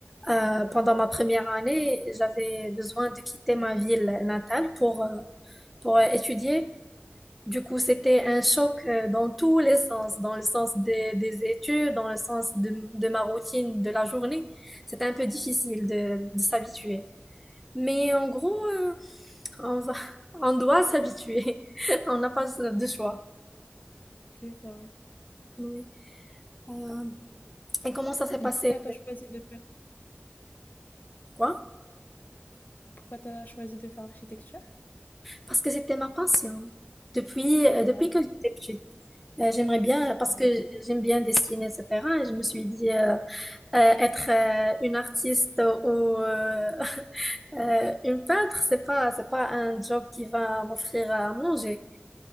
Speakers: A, in the centre; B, on the left.
A: Euh, pendant ma première année, j'avais besoin de quitter ma ville natale pour, euh, pour euh, étudier. Du coup, c'était un choc euh, dans tous les sens, dans le sens des, des études, dans le sens de, de ma routine de la journée. C'était un peu difficile de, de s'habituer. Mais en gros, euh, on va, <laughs> on doit s'habituer. <laughs> On n'a pas de choix.
B: C'est ça, ouais.
A: Oui. Euh, Et comment ça s'est
B: Et
A: passé?
B: pourquoi t'as choisi de faire...
A: Quoi?
B: Pourquoi t'as choisi de faire architecture?
A: Parce que c'était ma passion. Depuis, euh, depuis
B: Ah ouais.
A: que j'étais petite. Euh, j'aimerais bien, parce
B: Ouais.
A: que j'aime bien dessiner, etc. Et je me suis dit, euh, euh, être euh, une artiste ou euh, <laughs> euh, une peintre, c'est pas, c'est pas un job qui va m'offrir à manger.